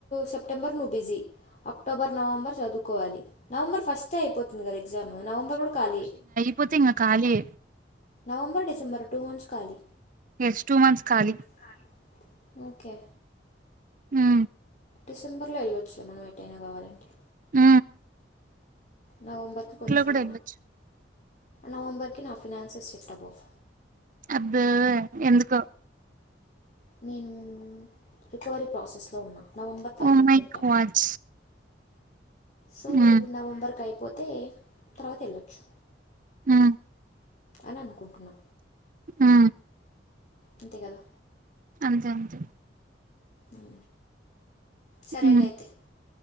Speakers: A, on the left; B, on the right.
A: సెప్టెంబర్ నువ్వు బిజీ అక్టోబర్ నవంబర్ చదువుకోవాలి నవంబర్ ఫస్టే అయిపోతుంది కదా ఎగ్జామ్ నవంబర్ కూడా ఖాళీ
B: పోతే ఇంగ కాళీయే
A: నవంబర్ డిసెంబర్ టూ మంత్స్ కాళి
B: ఎస్ టూ మంత్స్ కాలీ
A: కాలి ఓకే
B: హు
A: డిసెంబర్లో ఒళ్ళొచ్చు మనేమెటైనా కావాలంటే
B: ఊ
A: నవంబర్కి కొంచెం
B: కూడా వెళ్ళొచ్చు
A: నవంబర్కి నా ఫినాన్సెస్ సెట్ అవ్వవ్
B: అబ్బో ఎందుకో
A: నేను రికవరీ ప్రాసెస్లో ఉన్నా నవంబర్ టార్గెట్
B: ఓ మై
A: పెట్టా
B: గాడ్
A: సో
B: ఉమ్
A: నవంబర్కైపోతే తర్వాతేళ్ళొచ్చు
B: హు
A: అననుకుంటున్నా
B: ఆ
A: అంతే కదా
B: అంతే అంతే
A: ఉ సరేలే
B: ఉమ్,
A: అయితే